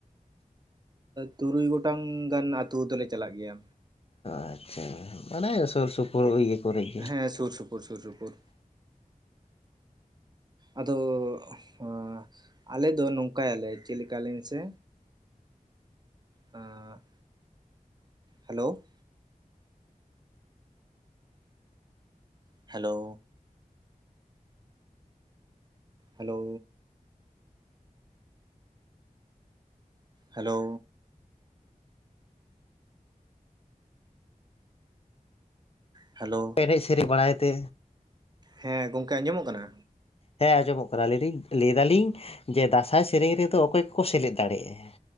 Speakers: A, on the right; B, on the left.
A: ᱛᱩᱨᱩᱭ ᱜᱚᱴᱟᱝ ᱜᱟᱱ ᱟᱛᱩ ᱫᱚᱞᱮ ᱪᱟᱞᱟᱜ ᱜᱮᱭᱟ
B: ᱟᱪᱷᱟ, ᱢᱟᱱᱮ ᱥᱩᱨ ᱥᱩᱯᱩᱨ ᱯᱳᱨ ᱤᱭᱟᱹ ᱠᱚᱨᱮ ᱜᱮ
A: ᱦᱮᱸ ᱥᱩᱨ ᱥᱩᱯᱩᱨ ᱥᱩᱨ ᱥᱩᱯᱩᱨ ᱟᱫᱚ ᱦᱚᱸ ᱟᱞᱮ ᱫᱚ ᱱᱚᱝᱠᱟᱭᱟᱞᱮ ᱪᱮᱫ ᱞᱮᱠᱟ ᱞᱟᱹᱭ ᱢᱮᱥᱮ ᱟ hello hello hello hello hello
B: ᱮᱱᱮᱡ ᱥᱮᱨᱮᱧ ᱵᱟᱲᱟᱭ ᱛᱮ
A: ᱦᱮᱸ ᱜᱚᱝᱠᱮ ᱟᱸᱡᱚᱢᱚᱜ ᱠᱟᱱᱟ
B: ᱦᱮᱸ ᱟᱸᱡᱚᱢᱚᱜ ᱠᱟᱱᱟ ᱞᱟᱭ ᱫᱤᱧ, ᱞᱟᱹᱭ ᱫᱟᱞᱤᱧ ᱡᱮ ᱫᱟᱸᱥᱟᱭ ᱥᱮᱨᱮᱧ ᱨᱮᱫᱚ ᱚᱠᱚᱭ ᱠᱚᱠᱚ ᱥᱮᱞᱮᱫ ᱫᱟᱲᱮᱭᱟᱜᱼᱟ